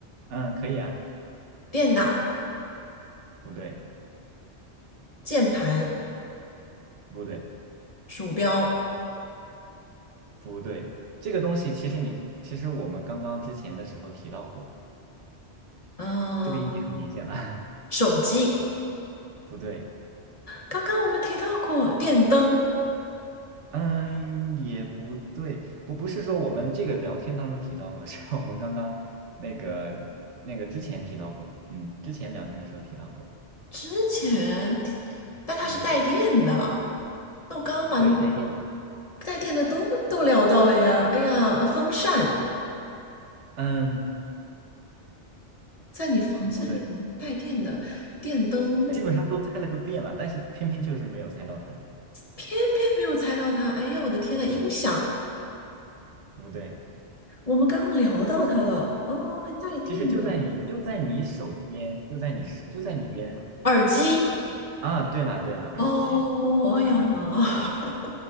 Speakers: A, on the right; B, on the left.
A: 嗯，可以啊，
B: 电脑、
A: 不对，
B: 键盘、
A: 不对，
B: 鼠标，
A: 不对，这个东西其实你其实我们刚刚之前的时候提到过，
B: 嗯、
A: 这个已经很明显了。
B: 手机。
A: 不对，
B: 刚刚我们提到过电灯，
A: 嗯，也不对，不不是说我们这个聊天当中提到过，<laughs> 是我们刚刚那个那个之前提到过，嗯，之前聊天的时候提到过，
B: 之前提但它是带电的。
A: 嗯，
B: 那我刚刚把你
A: 对，带电的，
B: 带电的都都聊到了呀。哎呀，风扇
A: 嗯，
B: 在你房间里面带电的电灯，
A: 不对，基本上都猜了个遍了，但是偏偏就是没有猜到它，
B: 偏偏没有猜到它。哎呀，我的天呐，
A: 嗯，
B: 音响，
A: 不对，
B: 我们刚刚聊到它了啊，带电的
A: 其实就在你就在你手边，就在你就在你边上
B: 耳机。
A: 啊，对了对了，耳机，
B: 哦，哦哎呀，
A: 嗯，
B: <laughs>